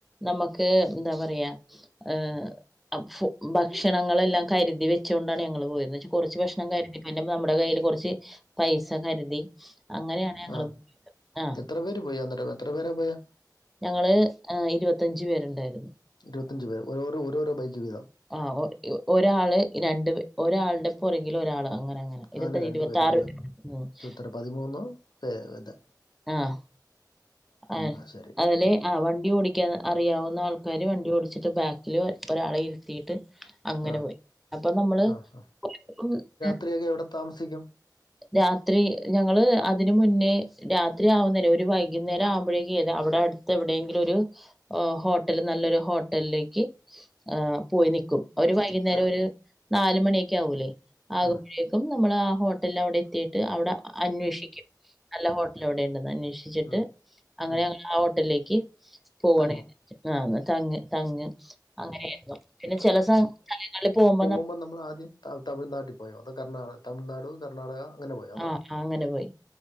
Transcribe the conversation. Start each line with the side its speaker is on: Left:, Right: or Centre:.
Centre: നമ്മക്ക് എന്താ പറയാ ഏഹ് <unintelligible> ഭക്ഷണങ്ങളെല്ലാം കരുതി വെച്ചുകൊണ്ടാണ് ഞങ്ങള് പോയത്. എന്നു വെച്ചു കൊറച്ച് ഭക്ഷണം കരുതി പിന്നെ നമ്മുടെ കയ്യിൽ കൊറച്ച് പൈസ കരുതി അങ്ങനെയാണ് ഞങ്ങള്
Left: ആഹ്
Centre: ആഹ്
Left: എത്ര പേര് പോയി അന്നിട്ട് എത്ര പേരാ പോയാ
Centre: ഞങ്ങള് ഏഹ് ഇരുപത്തഞ്ചു പേരുണ്ടായിരുന്നു.
Left: ഇരുപത്തഞ്ച് പേർ ഓരോരോ ഓരോരോ ബൈക്ക് വീതം
Centre: ആഹ് ഒരാള് രണ്ട് ഒരാളുടെ പുറകില് ഒരാള് അങ്ങന അങ്ങന
Left: അങ്ങനെ
Centre: ഇരുപത്തഞ്ച്
Left: രണ്ടു
Centre: ഇരുപത്തിആറ്
Left: പേര് വീതം
Centre: <unintelligible>
Left: ഇരുപത്താറ് പതിമൂന്ന് പേർ വിതം
Centre: ആഹ് ആഹ്
Left: ശരി
Centre: അതില് ആഹ് വണ്ടി ഓടിക്കാൻ അറിയാവുന്ന ആൾക്കാര് വണ്ടി ഓടിച്ചിട്ട് ബാക്കില് ഒരാളെ ഇരുത്തിയിട്ട് അങ്ങനെ
Left: ആ
Centre: പോയി അപ്പൊ നമ്മള്
Left: ആ ആ
Centre: <unintelligible>
Left: <unintelligible> എവിടെ താമസിക്കും.
Centre: രാത്രി ഞങ്ങള് അതിന് മുന്നേ രാത്രി ആവുന്നേരേ ഒരു വൈകുന്നേരം ആവുമ്പോഴേക്കും ഏത് അവിടെ അടു <unintelligible> എവിടേങ്കിലും ഒരു ഹോട്ടൽ നല്ലൊരു ഹോട്ടലിലേക്ക് ആഹ് പോയി നിക്കും ഒരു വൈകുന്നേരം
Left: ഏ
Centre: ഒരു നാല് മണിയൊക്കെ ആവൂലേ ആകുമ്പഴേ
Left: ആ
Centre: <unintelligible> നമ്മള് ആ ഹോട്ടലിൽ അവിടെ എത്തീട്ട് അവിടെ അന്വേഷിക്കും നല്ല ഹോട്ടൽ എവിടെ ഉണ്ടെന്ന് അന്വേഷി ചിട്ട്
Left: ഉം
Centre: അങ്ങനെ
Left: ഉം
Centre: ഞങ്ങൾ ആ ഹോട്ടലിലേക്ക് പോവാണ്
Left: തങ്ങും
Centre: ചൈതെ ആഹ തങ്ങ് തങ്ങ് അങ്ങനെയിരുന്നു പിന്നെ ചില സ്ഥല സ്ഥലങ്ങളിൽ പോകുമ്പോ ഞമ്മ
Left: മുമ്പ് നമ്മൾ ആദ്യം ത തമിഴ്നാട്ടിൽ പോയോ അതോ കർണാടക തമിഴ്നാടോ കർണാടക അങ്ങനെ പോയോ അതോ
Centre: ആഹ് അങ്ങനെ പോയി